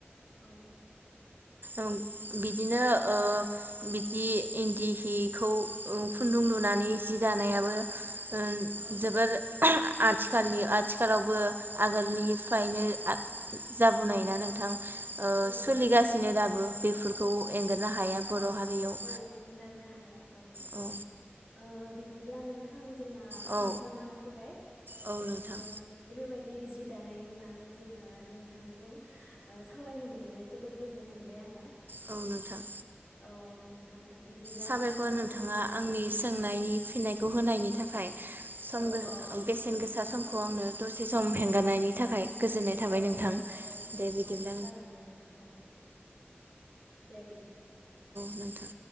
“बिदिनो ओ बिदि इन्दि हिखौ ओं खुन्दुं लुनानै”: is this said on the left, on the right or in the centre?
Right